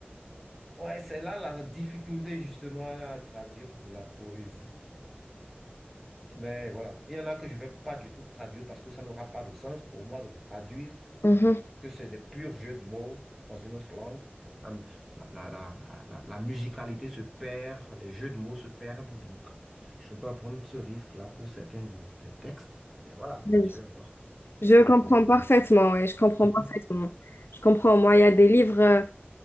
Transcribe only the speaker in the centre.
Ouais, c'est là la difficulté justement à traduire de la poésie. Mais voilà, il y en a que je ne vais pas du tout traduire parce que ça n'aura pas de sens pour moi de les traduire,
que c'est des purs jeux de mots dans une autre langue. La, la, la, la, la- la musicalité se perd, les jeux de mots se perdent, donc je ne peux pas prendre ce risque-là pour certains de- des textes. Mais voilà,
je vais voir ce
que
je pourrais faire.
<laughs>